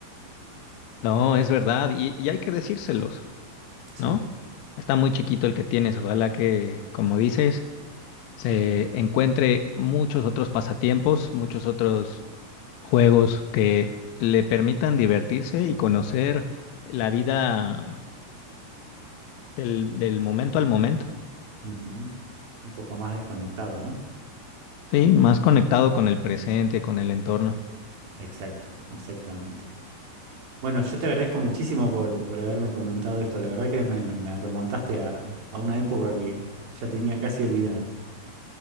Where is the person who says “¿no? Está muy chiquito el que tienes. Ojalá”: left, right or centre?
Left